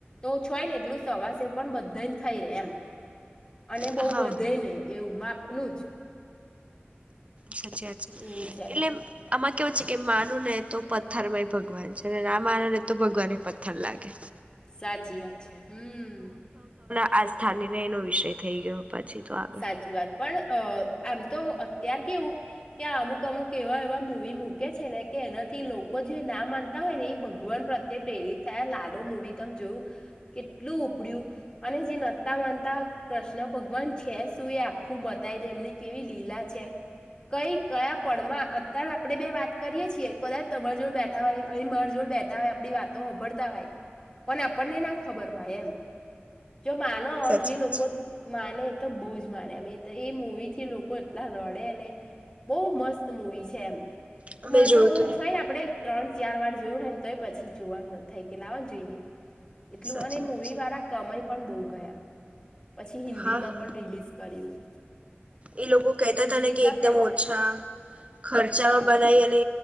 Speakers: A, on the left; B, on the right.
A: તો છય ને એટલું સવાસેર પણ બધા થઈ રહે એમ અને
B: હા
A: બહુ બધે નહીિ એવું માપ નનુંજ
B: સાચી છે એટલે
A: એવું છે
B: આમાં કેવું છે કે માનું ને તો પથ્થર માંય ભગવાન છે અને ના માનો ને તો ભગવાન પથ્થર લાગે
A: સાચી વાત છે હમ
B: આ સ્થાનીને એનો વિષય થઈ ગયો પછી તો આગળ
A: સાચી વાત પણ અ આમ તો અત્યાર કેવું કે અમુક અમુક એવા એવા મુૂવી મૂકે છે ને કે એનાથી લોકો જે ના માનતા હોય ને એ ભગવાન પ્રત્યે પ્રેરિત થયા લાલ મૂવી તમે જોયું કેટલું ઉપડ્યું અને જે નતા માનતા કૃષ્ણ ભગવાન છે શું એ આખું બતાવી દે એમની કેવી લીલા છે કઈ કયા પડમાં અત્યારે આપણે બે વાત કરીય છીએ કદાચ તમારી જોડ બેઠા હોય અહીં મારી જોડ બેઠા હોય આપણી વાતો હોભડતા હોય પણ આપણને ના ખબર હોય એમ જો માનો
B: સાચી
A: જે લોકો
B: વાત
A: માને તો બહુ જ માને એમ એ એ મુૂવી થી લોકો એટલા રડે ને બહુ મસ્ત મુવી છે એમ
B: છે મેં
A: ંધો
B: જોયું તું
A: છે ને આપડે ત્રણ ચાર વાર જોવું હોય ને તોય પછી જોવાનું મન થાય કે લાવવાનું જોઈએ એટલું
B: સાચી
A: અને
B: વાત
A: મૂવી
B: છે
A: વાળા કમય પણ બહુ ગયા પછી હિન્દી
B: હા
A: માં
B: હા
A: પણ રિલીઝ કર્યું
B: એ લોકો કહેતા
A: એજ
B: હતા ને
A: રીતના
B: કે એકદમ
A: પહેલા
B: ઓછા ખર્ચામાં
A: હ
B: બનાય અને